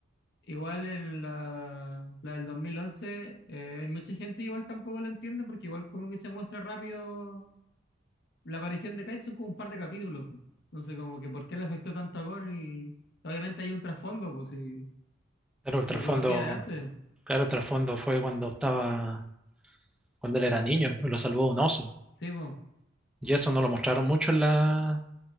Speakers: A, on the left; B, in the centre.
A: igual en la, la del 2011, eh, hay mucha gente igual tampoco lo entiende, porque igual como que se muestra rápido la aparición de Kite son como un par de capítulos. po. Entonces, como que por qué le afectó tanto a Gon y obviamente hay un trasfondo, pues si
B: claro, el trasfondo,
A: lo conocía de antes.
B: claro, el trasfondo fue cuando estaba, cuando él era niño, y lo salvó un oso.
A: Sí, pues.
B: Y eso no lo mostraron mucho en la,